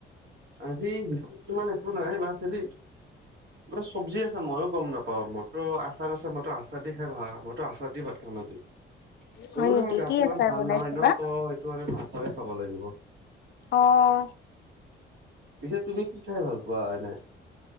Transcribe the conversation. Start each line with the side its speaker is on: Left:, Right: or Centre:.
Right: আজি বিশেষ মানে একো নাই, বাচ হেৰি কিবা এটা চব্জি আছে, মইয়ো গম নাপাওঁ। মোৰতো আচাৰ আছে, মইতো আচাৰ দি খাই ভাল পাওঁ, মইতো আচাৰ দি ভাত খাম আজি। ক'লো
Left: হয়
Right: নহয়
Left: নেকি
Right: গাটো
Left: কি
Right: ইমান
Left: আচাৰ
Right: ভাল
Left: বনাইছে
Right: নহয় ন
Left: বা
Right: ত' সেইটো আমি ভালকৈয়ে খাব লাগিব।
Left: অঁহ।
Right: পিছে তুমি কি খাই ভাল পোৱা এনে?